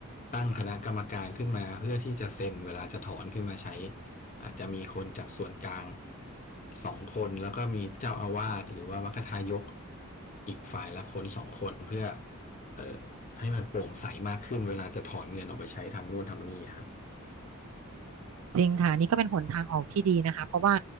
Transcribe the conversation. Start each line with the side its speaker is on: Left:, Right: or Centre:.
Left: ตั้งคณะกรรมการขึ้นมาเพื่อที่จะเซ็นเวลาจะถอนขึ้นมาใช้อาจจะมีคนจากส่วนกลางสองคนแล้วก็มีเจ้าอาวาสหรือว่ามัคคทายกอีกฝ่ายละคนสองคนเอ่อให้มันโปร่งใสมากขึ้นเวลาจะถอนเงินออกไปใช้ทำนู่นทำนี่ครับ
Right: จริงค่ะอันนี่ก็เป็นหนทางออกที่ดีนะคะเพราะว่า